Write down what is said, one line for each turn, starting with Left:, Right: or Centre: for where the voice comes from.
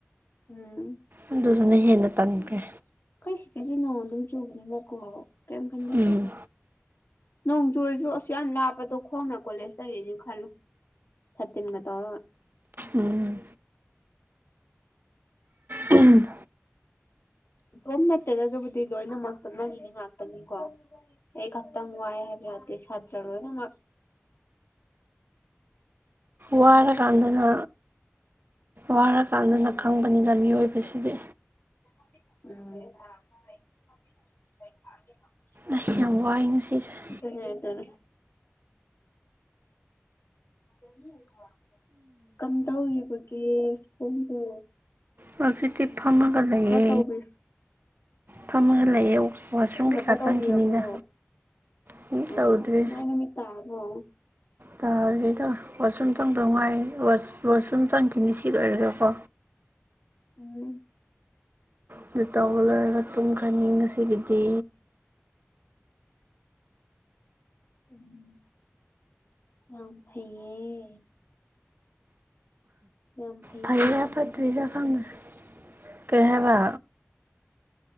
Left: ꯎꯝ
Right: ꯑꯗꯨꯗꯨꯅ ꯍꯦꯟꯅ ꯇꯟꯈ꯭ꯔꯦ
Left: ꯑꯩꯈꯣꯏ ꯁꯤꯗꯗꯤ ꯅꯣꯡ ꯑꯗꯨ ꯆꯨꯕꯅꯤꯅꯀꯣ ꯀꯩꯝ ꯈꯪꯕꯤꯗꯔꯦꯗꯥ
Right: ꯎꯝ
Left: ꯅꯣꯡ ꯆꯨꯔꯁꯨ ꯑꯁꯨ ꯌꯥꯝ ꯂꯥꯞꯄꯗꯣ ꯈꯣꯡꯅ ꯀꯣꯂꯦꯖ ꯆꯠꯂꯛꯦꯅꯤ ꯈꯜꯂꯨ ꯁꯥꯇꯤꯟꯒ ꯇꯧꯔꯒ
Right: ꯎꯝ ꯎꯝ
Left: ꯏꯇꯣꯝ ꯅꯠꯇꯦꯗ ꯑꯗꯨꯕꯨꯗꯤ ꯂꯣꯏꯅꯃꯛ ꯆꯠꯅꯅꯤꯡꯉꯤ ꯉꯥꯛꯇꯅꯤꯀꯣ ꯑꯩ ꯈꯪꯇꯥꯡ ꯋꯥ ꯍꯥꯏꯕ ꯌꯥꯗ ꯁꯥꯠ ꯆꯠ ꯂꯣꯏꯅꯃꯥꯛ
Right: ꯋꯥꯔꯀꯥꯟꯗꯅ ꯋꯥꯔꯀꯥꯟꯗꯅ
Left: ꯎꯝ
Right: ꯈꯪꯕꯅꯤꯅ ꯃꯤꯑꯣꯏꯕꯁꯤꯗꯤ
Left: <unintelligible>
Right: ꯑꯩ ꯌꯥꯝ ꯋꯥꯏ ꯉꯁꯤꯁꯦ
Left: ꯑꯗꯨꯅꯦ ꯑꯗꯨꯅꯦ ꯑꯤꯁ ꯀꯝ ꯇꯧꯔꯤꯕꯒꯦ ꯁꫭꯝꯕꯨ
Right: ꯍꯧꯖꯤꯛꯇꯤ ꯐꯥꯔꯃꯒ ꯂꯩꯌꯦ
Left: ꯇꯧꯕꯤ
Right: ꯐꯥꯝꯃꯒꯜ ꯂꯩꯌꯦ ꯋꯥꯁꯔꯨꯝ
Left: ꯍꯦꯞꯅꯕ
Right: ꯀꯩꯀꯥ
Left: ꯇꯧꯕꯤꯔꯕꯣ
Right: ꯆꯪꯈꯤꯅꯤꯗ ꯀꯩꯝ
Left: ꯑꯣ
Right: ꯇꯧꯗ꯭ꯔꯤ
Left: ꯃꯥꯏ ꯅꯨꯃꯤꯠ ꯇꯥꯔꯕꯣ
Right: ꯇꯥꯗ꯭ꯔꯤꯗ ꯋꯥꯁ ꯔꯨꯝ ꯆꯪꯗꯧ ꯉꯥꯏ ꯋꯥꯁꯔꯨꯝ ꯆꯪꯈꯤꯅꯤ ꯁꯤꯗ ꯑꯣꯏꯔꯒꯀꯣ
Left: ꯎꯝ
Right: ꯑꯗꯨ ꯇꯥꯎꯒ ꯂꯣꯏꯔꯒ ꯇꯨꯝꯈ꯭ꯔꯅꯤ ꯉꯁꯤꯒꯤꯗꯤ
Left: ꯎꯝ ꯌꯥꯝ ꯐꯩꯌꯦ ꯌꯥꯝ ꯐꯌꯦ
Right: ꯐꯩꯔꯥ
Left: ꯀꯃꯥꯏꯧ
Right: ꯐꯠꯇ꯭ꯔꯤꯔꯥ
Left: ꯇꯧꯁꯤꯒꯦ
Right: ꯈꯪꯗꯦ ꯀꯩ ꯍꯥꯏꯕ